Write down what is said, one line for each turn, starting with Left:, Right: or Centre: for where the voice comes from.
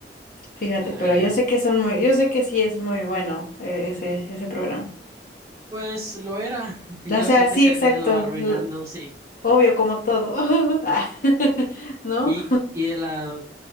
Left: fíjate,
Right: Ah,
Left: pero
Right: ya.
Left: yo sé que son muy, yo sé que sí es muy bueno eh, ese, ese programa.
Right: Pues lo era. <laughs> Yo
Left: O sea,
Right: sé que
Left: sí,
Right: se
Left: exacto,
Right: han ido arruinando,
Left: l-
Right: sí.
Left: obvio, como todo, <laughs> Ah, <laughs> ¿no?
Right: Y, y de la,